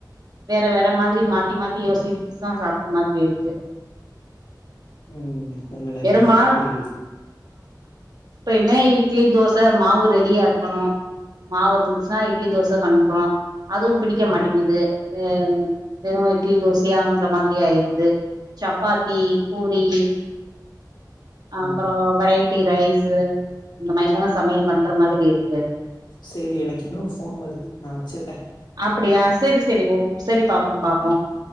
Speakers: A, on the right (about 60°); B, on the left (about 85°).
A: வேற வேற மாதிரி மாத்தி மாத்தி யோசிச்தா சாப்ட மாதிரி இருக்கு
B: ம் உங்க நெலம
A: பெரும்பாலு
B: எனக்கு புரியுது
A: ப்பயுமே இட்லி தோசை மாவு ரெடியா இருக்கணு மாவு இருந்துச்சுன்னா இட்லி தோசை பண்றோ அதுவும் பிடிக்க மாட்டேங்குது ஆ வெறும் இட்லி தோசையாங்கிற மாதிரி ஆயிருது சப்பாத்தி பூரி அப்புறம்
B: ம்
A: வரை ட்டி ரைஸ்ஸு அந்த மைதெல்லாம் சமையல் பண்ற மாதிரி இருக்கு
B: சேரி எனக்கு இன்னொரு போன் வருது நா வச்சிர்றேன்
A: அப்படியா சரி சரி ஓ சரி பாப்பறம் பாப்போம்